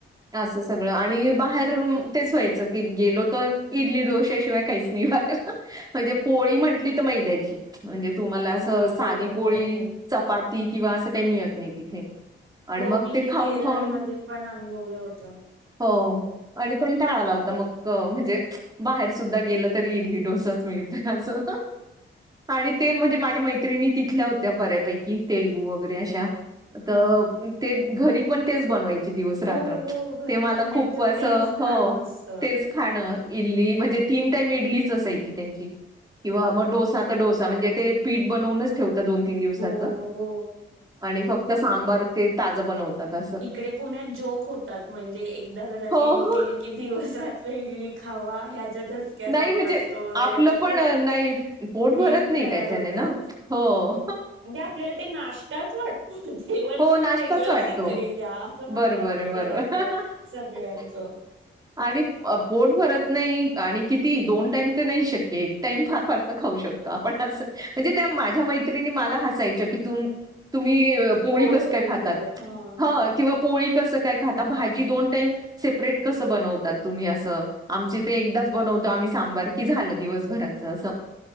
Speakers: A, on the right; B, on the right.
A: असं सगळं आणि बाहेर रून तेच व्हायचं, की गेलो तर इडली डोश्या शिवाय काहीच नाही बाहेर. म्हणजे पोळी म्हंटली तर मैद्याची, म्हणजे तुम्हाला असं
B: हो
A: साधी
B: हो
A: पोळी
B: हो हो
A: चपात ती किंवा असं काही मिळत नाही तिथे. आणि
B: हो
A: मग
B: मी
A: ते
B: हे
A: खाऊन
B: केरळमध्ये
A: खाऊन,
B: पण अनुभवलं होतं
A: हो. आणि कोणी टाळाला लावता मग, म्हणजे बाहेर सुद्धा गेलं तरी इडली डोसाच मिळते असं. आणि ते म्हणजे माझ्या मैत्रिणी तिथल्या होत्या बऱ्यापैकी, तेलुगू वगैरे अशा. तर
B: हा
A: ते घरी पण तेच बनवायची दिवस रात्र,
B: हो हो घरी
A: ते मला
B: पण त्यांचं
A: खूप असं
B: तेच खाणं
A: ह,
B: असतं
A: तेच खाणं अ इडली म्हणजे तीन टाईम इडलीच असायची त्यांची, किंवा मग डोसा तर डोसा म्हणजे ते पीठ बनवूनच ठेव ता दोन तीन दिवसाचं
B: हो हो हो
A: आणि फक्त सांबार ते ताजं बनवतात असं.
B: इकडे पुण्यात जोक होतात, म्हणजे एकदा घरात
A: हो.
B: इडली केली की दिवस रात् इडली खावा ह्याच्या धसक्यात
A: नाही
B: आम्ही
A: म्हणजे
B: असतो वगैरे
A: आपलं
B: असं
A: पण
B: खूप,
A: अ, नाही पोट
B: मी
A: भरत नाही
B: तयार
A: त्याच्याने
B: होतात,
A: ना. हो.
B: म्हणजे आपल्याला ते नाष्टाच वाटतो जेवण
A: हो
B: म्हणजे
A: नाश्ताच
B: वेगळं
A: वाटतो.
B: काहीतरी द्या. असं म्हणण
A: बरोबर
B: असतं
A: आहे, बरोबर.
B: घरातल्या सगळ्यांचं.
A: आणि पोट भरत नाही. नाही आणि किती दोन टाईम तर नाही शक्य. एक टाईम फार फार तर खाऊ शकतो. आपण अस म्हणजे त्या माझ्या मैतत्रिणी मला हसायच्या. की तुम्ही पोळी
B: एवढं
A: कसली.
B: वेगवेगळं
A: खातात.
B: हा हा
A: किंवा पोळी कस काय खाता. भाजी दोन टाइम सेप्रेट कस बनवतात? तुम्ही असं. आमच्याहिते ते एकदाच बनवतो. आम्ही सांबर की झालं दिवसभराच अस.